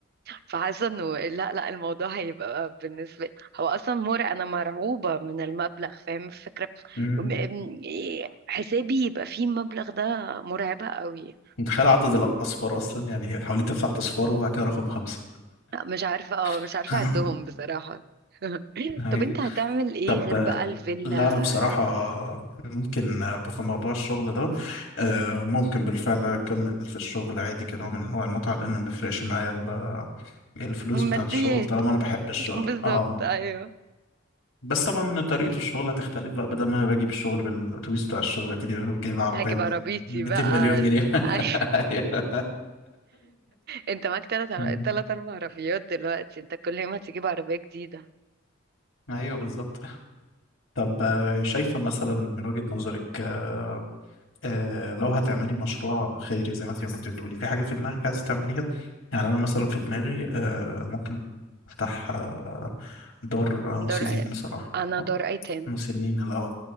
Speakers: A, on the right; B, on the left.
A: فحاسه انه لا لا الموضوع هيبقى بالنسبه لي هو اصلا مر انا مرعوبه من المبلغ فاهم الفكره
B: يا
A: م- م- إيه، حسابي يبقى فيه المبلغ ده مرعبه قوي
B: متخيل عدد الأصفار أصلا يعني حوالي تسعة أصفار وبعد كده رقم خمسة
A: مش عارفه اه مش
B: <laughs>
A: عارفه اعدهم بصراحه <laughs>
B: هي
A: طب انت هتعمل ايه
B: طب
A: غير بقى الفيلا
B: لا أنا بصراحة ممكن في موضوع الشغل ده آه، ممكن بالفعل أكمل في الشغل عادي كنوع من أنواع المتعة لأن ما بيفرقش معايا ال- يعني الفلوس
A: الماديات
B: بتاعة الشغل طالما أنا بحب الشغل
A: بالظبط
B: أه
A: ايوه
B: بس طبعا طريقة الشغل هتختلف بقى بدل ما أنا باجي بالشغل بالأتوبيس بتاع الشغل هتلاقيني جايب عربية
A: هجيب
B: ب
A: عربيتي
B: 200
A: بقى
B: مليون
A: ال-
B: جنيه <laughs>
A: <laughs> أيوة.
B: أيوه
A: انت معاك تلات عر...
B: أمم،
A: تلات اربع عربيات دلوقتي انت كل يوم هتجيب عربية جديدة
B: أيوه بالظبط طب آه، شايفة مثلا من وجهة نظرك آه، آه، لو هتعملي مشروع خيري زي ما انت كنت بتقولي في حاجة في دماغك عايزة تعمليها يعني أنا مثلا في دماغي آه، ممكن أفتح آه، دار
A: دار
B: مسنين
A: أي...
B: بصراحة
A: انا دار ايتام
B: مسنين الأول